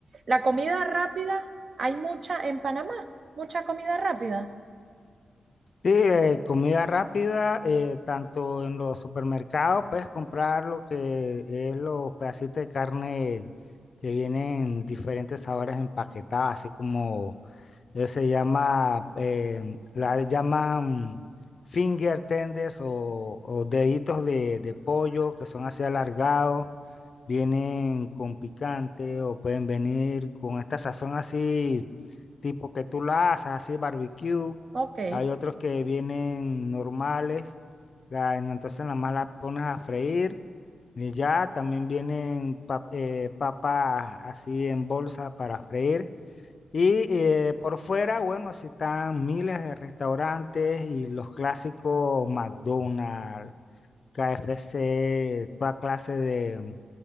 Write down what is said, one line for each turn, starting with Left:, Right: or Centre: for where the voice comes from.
Right: La comida rápida, hay mucha en Panamá, mucha comida rápida.
Left: Sí, eh, comida rápida, eh, tanto en los supermercados puedes comprar lo que es los pedacitos de carne que vienen diferentes sabores empaquetadas, así como eh, se llama, em, la llaman finger tenders o, o deditos de, de pollo que son así alargados. vienen con picante o pueden venir con esta sazón así, tipo que tú la haces, así barbecue.
Right: Ok,
Left: Hay otros que vienen normales, la- en- entonces nada más la pones a freír y ya también vienen pap- eh, papas así en bolsa para freír. Y eh, por fuera, bueno, sí están miles de restaurantes y los clásicos McDonald's, KFC, toda clase de